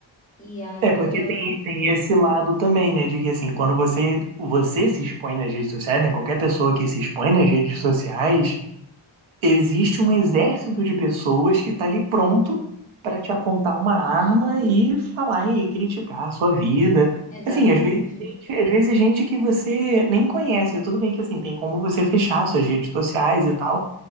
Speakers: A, on the left; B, on the right.
A: E aí
B: É, porque
A: ela.
B: tem, tem esse lado também, né? De que assim, quando você, você se expõe nas redes sociais, né? Qualquer pessoa que se expõe nas redes sociais, existe um exército de pessoas que está ali pronto para te apontar uma arma e falar e criticar a sua vida.
A: Exatamente.
B: Assim, às vezes gente, às vezes gente que você nem conhece, tudo bem que assim, tem como você fechar suas redes sociais e tal,